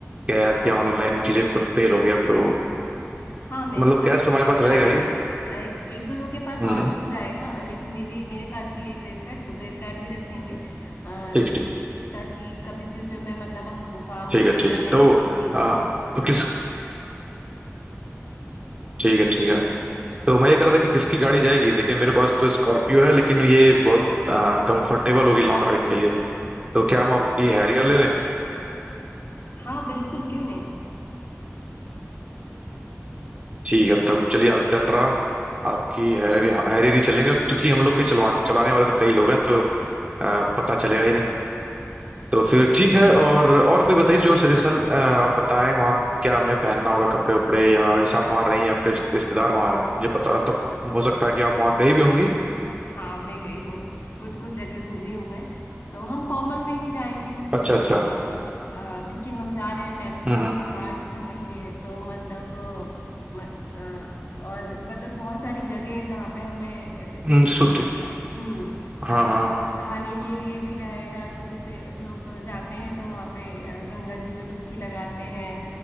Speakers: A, on the right; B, on the left.
A: कैश या ऑनलाइन चीजें अगर फेल हो गया तो
B: हाँ मेरे
A: मतलब
B: पास
A: कैश
B: क्रेडिट
A: तो हमारे पास रहेगा
B: कार्ड है
A: ही
B: अ, एक, एक दो लोग के पास
A: हम्म
B: और मिल जाएगा अ, लेकिन मे भी मेरे पास भी है क्रेडिट कार्ड तो क्रेडिट कार्ड भी रख लेंगे अ,
A: ठीक ठीक
B: ताकि कभी फ्यूचर में मतलब हमको काम
A: ठीक
B: लगता
A: है ठीक है।
B: है
A: तो
B: कहीं भी नीड
A: अ,
B: हो
A: तो किस ठीक है ठीक है तो मैं ये कर रहा था कि किसकी गाड़ी जाएगी देखिए मेरे पास तो स्कॉर्पियो है लेकिन ये बहुत अनकंफर्टेबल होगी लॉन्ग राइड के लिए तो क्या हम आपकी हैरियर ले लें
B: हाँ बिल्कुल क्यों नहीं
A: ठीक है तब चलिए आप डन रहा आपकी हैरियर हैरियर ही चलेंगे क्योंकि हम लोग के चलवान चलाने वाले तो कई लोग हैं तो अ, पता चलेगा ही नहीं तो फिर ठीक है और और कोई बताइए जो सजेशन आप बताएं वहाँ क्या हमें पहनना होगा कपड़े उपड़े या जैसे आप वहाँ रही आपके रिश्ते- रिश्तेदार वहाँ हैं मुझे पता तब हो सकता है कि आप वहाँ गई भी होंगी
B: हाँ मैं गई हूँ कुछ कुछ जगह घूमी हूँ मैं तो हम फॉर्मल में ही जाएंगे
A: अच्छा
B: मतलब
A: अच्छा
B: अ, अ, क्योंकि हम जा रहे हैं टेम्पल
A: हम्म हम्म
B: घाट घूमेंगे तो मतलब अ, मत अ, और मतलब बहुत सारी जगह है जहाँ पे हमें जैसे
A: हम्म, सूती
B: अ, हम्म
A: हाँ
B: अ,
A: हाँ
B: नहाने के लिए भी रहेगा तो जैसे लोग जाते हैं तो वहाँ पे अ, गंगा जी में डुबकी लगाते हैं